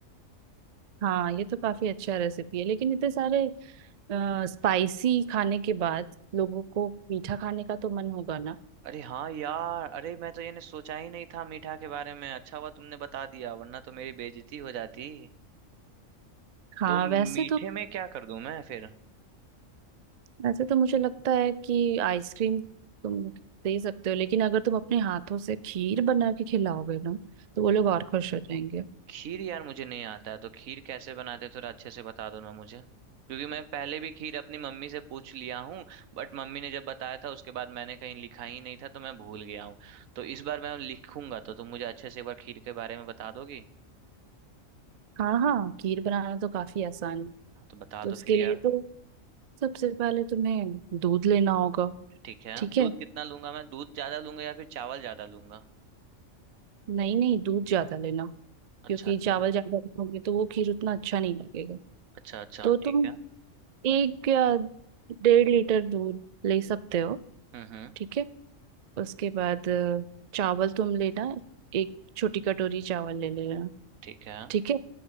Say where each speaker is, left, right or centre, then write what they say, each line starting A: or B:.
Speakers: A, on the right; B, on the right.
A: हाँ ये तो काफी अच्छा रेसिपी है लेकिन इतने सारे स्पाइसी खाने के बाद लोगों को मीठा खाने का तो मन होगा ना
B: अरे हाँ यार अरे मैं तो ये ने सोचा ही नहीं था मीठा के बारे में अच्छा हुआ तुमने बता दिया वरना तो मेरी बेइज्जती हो जाती
A: हाँ
B: तो
A: वैसे
B: मीठे
A: तो
B: में क्या कर दूं मैं फिर हम्म
A: वैसे तो मुझे लगता है कि आइसक्रीम तुम दे सकते हो लेकिन अगर तुम अपने हाथों से खीर बना के खिलाओगे ना तो वो लोग
B: हम्म।
A: और खुश हो जाएंगे
B: खीर यार मुझे नहीं आता है तो खीर कैसे बनाते थोड़ा अच्छे से बता दो ना मुझे क्योंकि मैं पहले भी खीर अपनी मम्मी से पूछ लिया हूँ बट मम्मी ने जब बताया था उसके बाद मैंने कहीं लिखा ही नहीं था तो मैं भूल गया हूँ तो इस बार मैं लिखूंगा तो तुम मुझे अच्छे से एक बार खीर के बारे में बता दोगी
A: हाँ हाँ खीर बनाना तो काफी आसान है
B: हाँ तो बता
A: तो
B: दो
A: उसके
B: फिर यार
A: लिए तो सबसे पहले तुम्हें दूध लेना होगा
B: ठीक है
A: ठीक है
B: दूध कितना लूंगा मैं दूध ज्यादा लूंगा या फिर चावल ज्यादा लूंगा
A: नहीं नहीं दूध ज्यादा लेना क्योंकि
B: अच्छा अच्छा
A: चावल ज्यादा रखोगे तो वो खीर उतना अच्छा नहीं लगेगा
B: अच्छा अच्छा
A: तो तुम
B: ठीक है
A: एक या डेढ़ लीटर दूध ले सकते हो
B: हम्म हम्म
A: ठीक है उसके बाद अ, चावल तुम लेना एक छोटी कटोरी चावल ले लेना
B: ठीक है हम्म
A: ठीक है